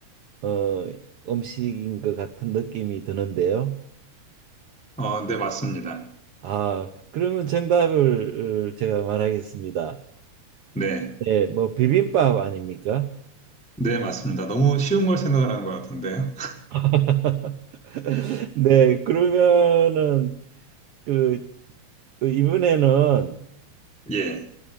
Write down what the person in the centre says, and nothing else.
어, 네, 맞습니다.
네,
네, 맞습니다. 너무 쉬운 걸 생각을 한 것 같은데요.
<laughs> 예,